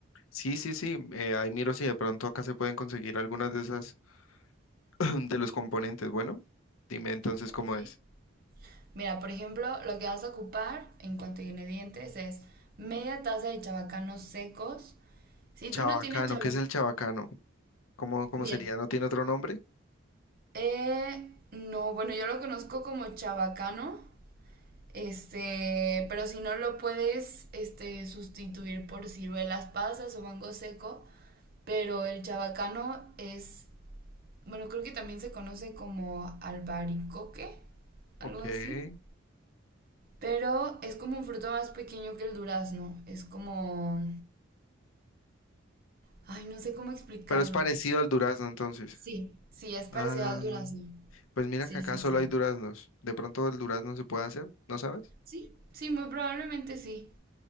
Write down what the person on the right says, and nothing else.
Ok.
Mira, por ejemplo, lo que vas a ocupar en cuanto a ingredientes es media taza de chabacanos secos. Si
tú no tienes chabacano,
bien.
Eh, no, bueno, yo lo conozco como chabacano, este, pero si no lo puedes, este, sustituir por ciruelas pasas o mango seco, pero el chabacano es Bueno, creo que también se conoce como albaricoque,
algo
así. Pero es como un fruto más pequeño que el durazno. Es como... Ay, no sé cómo explicarlo.
Sí, sí, es parecido
al durazno.
Sí,
sí,
sí.
Sí, sí, muy probablemente sí.